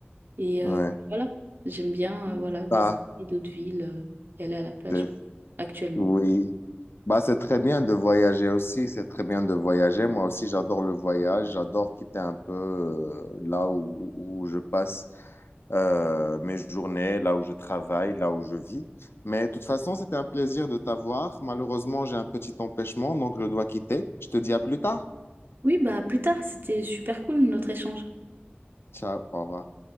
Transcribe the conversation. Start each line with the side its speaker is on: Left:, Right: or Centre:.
Right: Et
Left: ouais.
Right: euh, voilà, j'aime bien euh, voilà, visiter
Left: Ah,
Right: d'autres villes euh, et aller à la plage
Left: c'est-
Right: quoi, actuellement.
Left: oui, Bah, c'est très bien de voyager aussi, c'est très bien de voyager. Moi aussi, j'adore le voyage, j'adore quitter un peu euh, là où, où je passe euh, mes journées, là où je travaille, là où je vis. Mais de toute façon, c'était un plaisir de t'avoir. Malheureusement, j'ai un petit empêchement, donc je dois quitter. Je te dis à plus tard.
Right: Oui, bah plus tard, c'était super cool notre échange.
Left: Ciao, au revoir.